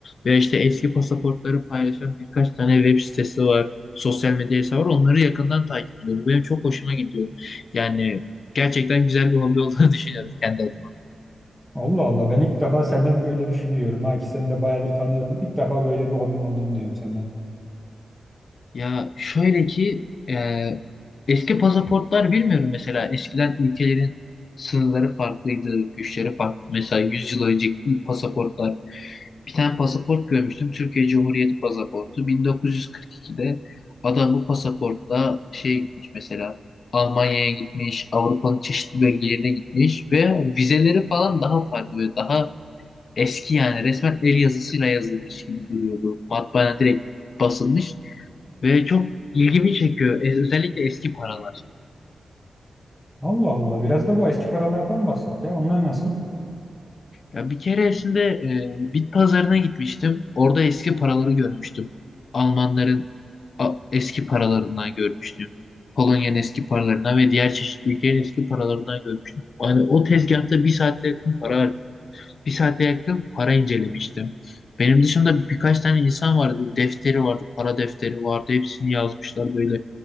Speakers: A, on the left (about 60°); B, in the centre.
A: Ve işte eski pasaportları paylaşan birkaç tane web sitesi var. Sosyal medya hesabı var. Onları yakından takip ediyorum. Benim çok hoşuma gidiyor. Yani gerçekten güzel bir hobi olduğunu <laughs> düşünüyorum kendi adıma.
B: Allah Allah ben ilk defa senden böyle bir şey duyuyorum ha ki seni de bayağıdır tanıyorum. İlk defa böyle bir hobin olduğunu duyuyorum senden.
A: Ya şöyle ki e, eski pasaportlar bilmiyorum mesela eskiden ülkelerin sınırları farklıydı, güçleri farklı. Mesela 100 yıl önceki ilk pasaportlar bir tane pasaport görmüştüm. Türkiye Cumhuriyeti pasaportu. 1942'de adam bu pasaportla şey gitmiş mesela Almanya'ya gitmiş, Avrupa'nın çeşitli bölgelerine gitmiş ve vizeleri falan daha farklı ve daha Eski yani resmen el yazısıyla yazılmış gibi duruyordu. Matbaana direkt basılmış ve çok ilgimi çekiyor. E, Özellikle eski paralar.
B: Allah Allah biraz da bu eski paralardan bahset ya onlar nasıl?
A: Ya bir keresinde e, bit pazarına gitmiştim. Orada eski paraları görmüştüm. Almanların a- eski paralarından görmüştüm. Polonya'nın eski paralarından ve diğer çeşitli ülkelerin eski paralarından görmüştüm. Yani o tezgahta bir saate yakın para harcadım. bir saate yakın para incelemiştim. Benim dışımda birkaç tane insan vardı. Böyle defteri vardı, para defteri vardı. Hepsini yazmışlar böyle.